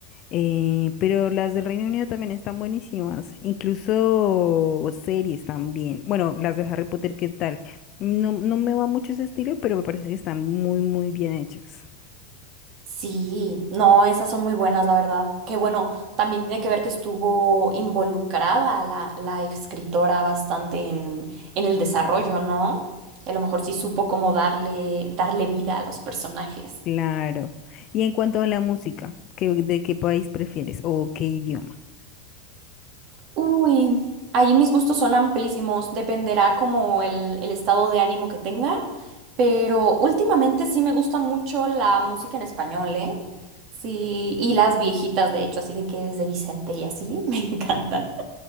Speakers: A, on the left (about 35°); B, on the right (about 40°).
A: eh, pero las del Reino Unido también están buenísimas, incluso series también. Bueno, las de Harry Potter, ¿qué tal? No, no me va mucho ese estilo, pero me parece que están muy, muy bien hechas.
B: Sí, no, esas son muy buenas, la verdad. Que bueno, también tiene que ver que estuvo involucrada la, la escritora bastante en, en el desarrollo, ¿no? A lo mejor sí supo cómo darle, darle vida a los personajes.
A: Claro. Y en cuanto a la música, ¿qué, de qué país prefieres o qué idioma?
B: Uy, ahí mis gustos son amplísimos, dependerá como el, el estado de ánimo que tenga, pero últimamente sí me gusta mucho la música en español, ¿eh? Sí, y las viejitas, de hecho, así de que desde Vicente y así, <laughs> me encantan.